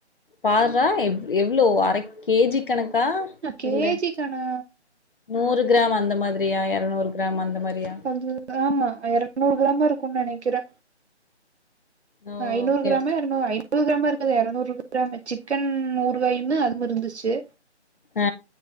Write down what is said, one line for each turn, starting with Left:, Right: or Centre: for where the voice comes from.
Left: பார்ரா எவ் எவ்ளோ அரக் கே ஜி கணக்கா
Right: கேஜி
Left: இல்ல
Right: கணா
Left: நூறு கிராம் அந்த மாதிரியா எறநூறு கிராம் அந்த மாரியா
Right: அது ஆமா எறநூறு கிராம இருக்குன் நெனைக்கறே
Left: ஓ
Right: ஐநூறு
Left: ஓகே
Right: கிராமா
Left: ஓகே
Right: ஐநூறு கிராம இருக்கது எறநூறு கிராமு சிக்கன் நூருவாயூமு அதும் இருந்துச்சு
Left: அ